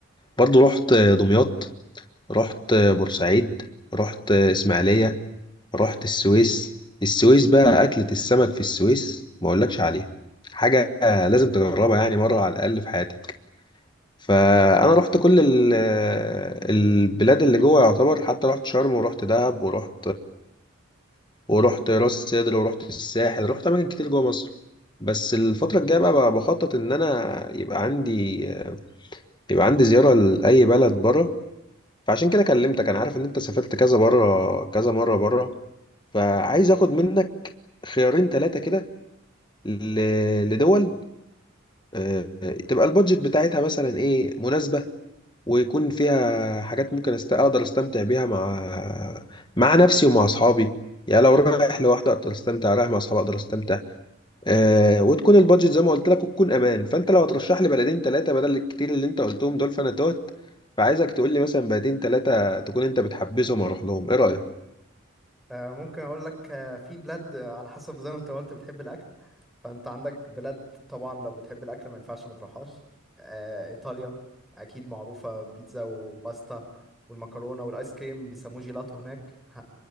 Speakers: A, on the left; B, in the centre.
A: برضو رحت دمياط رحت بورسعيد رحت اسماعيلية رحت السويس السويس بقى أكلة السمك في السويس ما أقولكش عليها حاجة لازم تجربها يعني مرة على الأقل في حياتك فأنا رحت كل ال- البلاد اللي جوه يعتبر حتى رحت شرم ورحت دهب ورحت ورحت راس سدر ورحت الساحل رحت أماكن كتير جوه مصر بس الفترة الجاية بقى بخطط إن أنا يبقى عندي يبقى عندي زيارة لأي بلد بره فعشان كده كلمتك أنا عارف إن أنت سافرت كذا بره كذا مرة بره فعايز اخد منك خيارين ثلاثة كده ل- لدول آه، تبقى البادجت بتاعتها مثلا ايه مناسبة ويكون فيها حاجات ممكن است... اقدر استمتع بيها مع مع نفسي ومع اصحابي يعني لو رايح لوحدي اقدر استمتع
B: <laughs>
A: رايح مع اصحابي اقدر استمتع آه وتكون البادجت زي ما قلت لك وتكون امان فانت لو هترشح لي بلدين ثلاثة بدل الكتير اللي انت قلتهم دول فانا توت فعايزك تقول لي مثلا بلدين ثلاثة تكون انت بتحبذهم واروح لهم ايه رأيك
B: آه، ممكن اقول لك آه، في بلاد آه، على حسب زي ما انت قلت بتحب الاكل فانت عندك بلاد طبعا لو بتحب الاكل ما ينفعش ما تروحهاش آه، ايطاليا اكيد معروفه بيتزا وباستا والمكرونه والايس كريم بيسموه جيلاتو هناك ه-